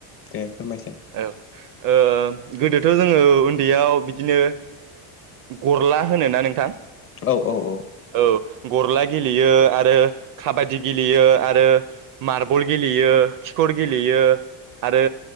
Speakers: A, on the left; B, on the right.
A: दे फोरमायसाय
B: ओ गोदो थ' जोङो उन्दैयाव बिदिनो गरला होनोना नोंथां
A: औ औ-औ
B: औ गरला गेलेयो आरो खाबादि गेलेयो आरो मार्बल गेलेयो खिखर गेलेयो आरो